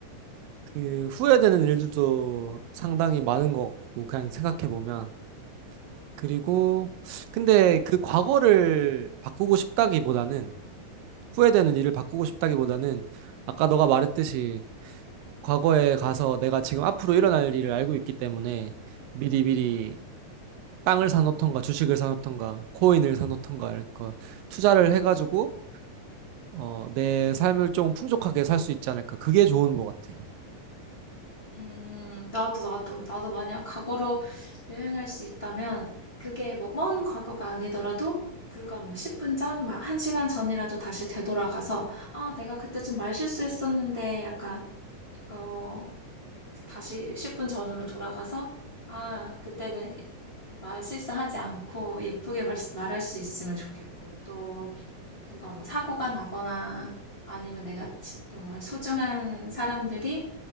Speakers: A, on the right; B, on the left.
A: 그 후회되는 일들도 상당히 많은 것 같고, 그냥 생각해보면. 그리고, 근데 그 과거를 바꾸고 싶다기보다는, 후회되는 일을 바꾸고 싶다기보다는, 아까 너가 말했듯이 과거에 가서 내가 지금 앞으로 일어날 일을 알고 있기 때문에 미리 미리 땅을 사놓던가 주식을 사놓던가 코인을 사놓던가 이렇게 투자를 해가지고 어, 내 삶을 좀 풍족하게 살 수 있지 않을까. 그게 좋은 것 같아.
B: 음, 나도, 나도, 나도 만약 과거로 여행할 수 있다면, 그게 뭐, 먼 과거가 아니더라도, 불과 뭐, 10분 전, 막, 1시간 전이라도 다시 되돌아가서, 아, 내가 그때 좀 말실수했었는데, 약간, 어, 다시 10분 전으로 돌아가서, 아, 그때는 말실수하지 않고, 예쁘게 말, 말할 수 있으면 좋겠고, 또, 누가 뭐, 사고가 나거나, 아니면 내가 지- 정말 소중한 사람들이,